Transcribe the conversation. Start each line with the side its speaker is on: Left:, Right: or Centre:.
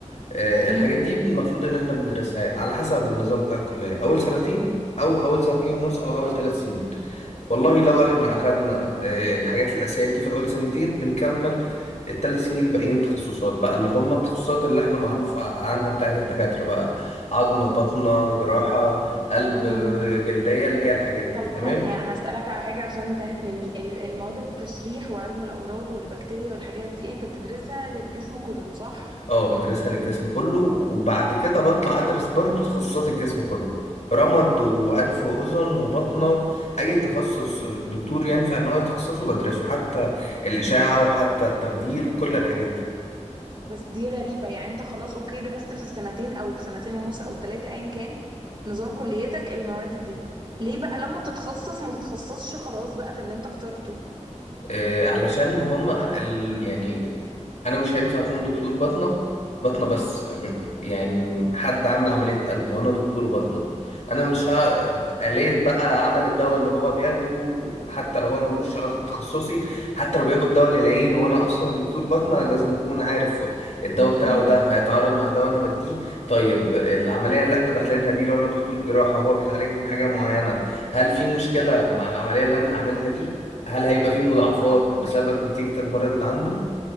Left: آه،
Right: مم.
Left: الحاجات دي المفروض إن احنا بندرسها على حسب النظام بتاع الكلية أول سنتين أو أول سنتين ونص أو أول ثلاث سنين والله لو احنا اخدنا آه، الحاجات الاساسيه دي في اول سنتين بنكمل الثلاث سنين الباقيين تخصصات بقى اللي هم التخصصات اللي احنا معروف ع- عنها بتاعت الدكاتره بقى عظم باطنه جراحه قلب آه،
Right: مم.
Left: جلديه اللي هي الحاجات دي
Right: طب
Left: تمام
Right: ثانية هسألك على حاجة عشان انتهت مني ال- المواد التشريح وعلم الأمراض والبكتيريا والحاجات دي انت بتدرسها للجسم كله صح؟
Left: اه بدرسها للجسم كله وبعد كده بطلع ادرس برضو تخصصات الجسم كله رمد وانف واذن وبطنه اي تخصص الدكتور ينفع ان هو يتخصصه بدرسه حتى الاشاعه وحتى التخدير وكل الحاجات دي
Right: بس دي غريبة يعني انت خلاص اوكي درست في السنتين او السنتين ونص او التلاتة ايا كان نظام كليتك المواد دي ليه بقى لما تتخصص ما تتخصصش خلاص بقى في اللي انت اخترته
Left: آه، علشان هما ال... يعني انا مش هينفع اكون دكتور باطنة باطنة بس م- يعني حد عامل عملية قلب وانا دكتور باطنة انا مش ه... آلية بقى عمل الدواء اللي هو بياخده حتى لو هو ملوش علاقة بتخصصي حتى لو بياخد دواء للعين وانا اصلا دكتور باطنة لازم اكون عارف الدواء بتاعه
Right: امم
Left: ده هيتعارض مع دواء انا بديه طيب العملية اللي احنا داخلينها دي لو انا دكتور جراحة وهو بيتعالج من حاجة معينة هل في مشكلة مع العملية اللي انا هعملها دي هل هيبقى فيه مضاعفات
Right: اه فهمك
Left: بسبب نتيجة المرض اللي عنده؟